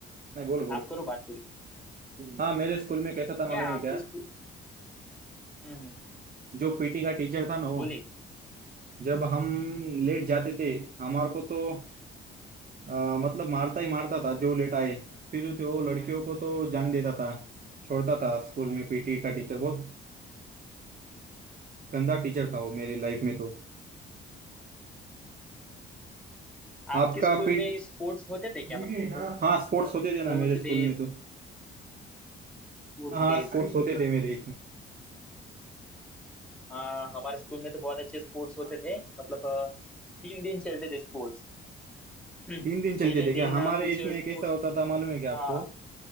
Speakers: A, on the right; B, in the centre.
A: नहीं बोलो बोलो
B: आप करो बात पूरी
A: हाँ मेरे स्कूल में कैसा था मालूम
B: क्या
A: है
B: आपके
A: क्या
B: स्कूल हम्म
A: जो पीटी का टीचर था ना वो
B: बोलिए
A: जब हम लेट जाते थे हमारे को तो अ, मतलब मारता ही मारता था जो लेट आए फिर तो वो लड़कियों को तो जान देता था छोड़ता था स्कूल में पीटी का टीचर बहुत गंदा टीचर था वो मेरी लाइफ में तो
B: आपके
A: आपका
B: स्कूल
A: पी
B: में स्पोर्ट्स होते थे क्या
A: हाँ
B: मतलब
A: स्पोर्ट्स होते
B: स्पोर्ट्स
A: थे ना मेरे स्कूल
B: डेज
A: में तो
B: Sports
A: हाँ
B: days
A: स्पोर्ट्स होते थे मेरे
B: हाँ हमारे स्कूल में तो बहुत अच्छे स्पोर्ट्स
A: इसमें
B: होते थे मतलब अ, तीन दिन चलते थे स्पोर्ट्स हम्म,
A: तीन दिन चलते
B: पहले
A: थे
B: दिन
A: क्या हमारे
B: अ, कुछ
A: इसमें
B: स्पोर्ट्स
A: कैसा होता था मालूम है क्या आपको
B: हाँ